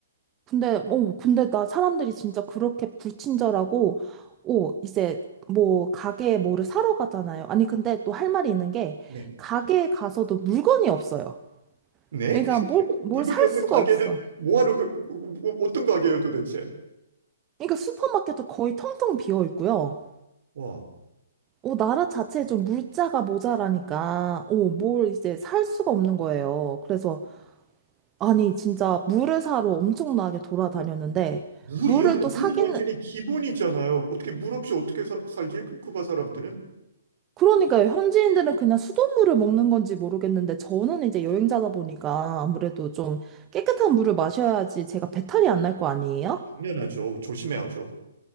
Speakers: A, on the right (about 15°); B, on the right (about 60°).
A: 근데, 어, 근데 나 사람들이 진짜 그렇게 불친절하고, 어, 이제 뭐, 가게에 뭐를 사러 가잖아요. 아니, 근데 또 할 말이 있는 게,
B: 네.
A: 가게에 가서도 물건이 없어요.
B: 네?
A: 그러니까
B: <laughs>
A: 뭘, 뭘
B: 물건이
A: 살
B: 없는
A: 수가
B: 가게는
A: 없어.
B: 뭐하러 그, 뭐, 뭐, 어떤 가게예요 도대체?
A: 그러니까 슈퍼마켓도 거의 텅텅 비어 있고요.
B: 와.
A: 어, 나라 자체에 좀 물자가 모자라니까, 어, 뭘 이제 살 수가 없는 거예요. 그래서, 아니, 진짜 물을 사러 엄청나게 돌아다녔는데,
B: 물이요?
A: 물을
B: 근데
A: 또
B: 물은
A: 사기는,
B: 완전히 기본이잖아요. 어떻게 물 없이 어떻게 사- 살지? 그- 쿠바 사람들은?
A: 그러니까요. 현지인들은 그냥 수돗물을 먹는 건지 모르겠는데, 저는 이제 여행자다 보니까 아무래도 좀 깨끗한 물을 마셔야지 제가 배탈이 안 날 거 아니에요?
B: 당연하죠. 조심해야죠.